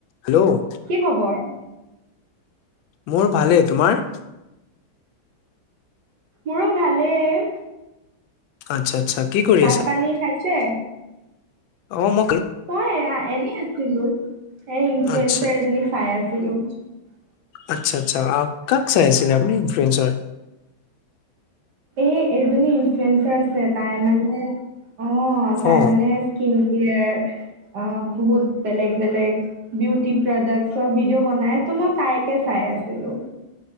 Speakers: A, on the left (about 80°); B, on the right (about 60°).
A: Hello
B: কি খবৰ?
A: মোৰ ভালেই। তোমাৰ?
B: মোৰো ভালেই।
A: আটচ্ছা আচ্ছা। কি কৰি
B: ভাত পানী খাইছে?
A: অঁ, ম
B: মই এয়া এনেই আ ছিলো। এ ইনফ্লুৱেঞ্চাৰ
A: আচ্ছা
B: এজনীক চাই আছো। <unintelligible>
A: আচ্ছা আচ্ছা, আহ কাক চাই আছিলে আপুনি ইনফ্লোৱেঞ্চাৰ?
B: এ এই এজনী ইনফ্লুৱেঞ্চাৰ আছে তাই মানে, অ, তাই
A: অ
B: মানে স্কিন কেয়াৰ অ', বহুত বেলেগ বেলেগ বিউটি প্ৰডাক্টচৰ ভিডিঅ' বনাই ত' মই তাইকে চাই আছিলোঁ।